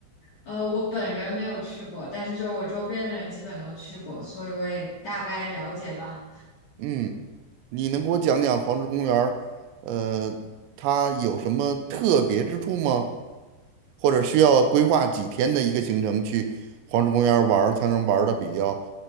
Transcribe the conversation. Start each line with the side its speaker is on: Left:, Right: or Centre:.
Left: 呃，我本人没有去过，但是就是我周边的人基本都去过，所以我也大概了解吧。
Right: 嗯，你能给我讲讲黄石公园儿，呃，它有什么特别之处吗？或者需要规划几天的一个行程去黄石公园儿玩儿才能玩的比较